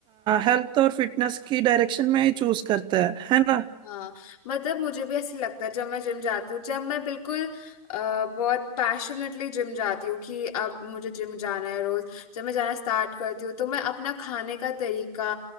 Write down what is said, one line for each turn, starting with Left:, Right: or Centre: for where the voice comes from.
Right: हेल्थ और फिटनेस की डायरेक्शन में ही चूज करते हैं है ना
Left: हाँ मतलब मुझे भी ऐसे लगता है जब मैं जिम जाती हूँ जब मैं बिल्कुल अ, बहुत पैशनेटली जिम जाती हूँ कि अब मुझे जिम जाना है रोज जब मैं जाना स्टार्ट करती हूँ तो मैं अपना खाने का तरीका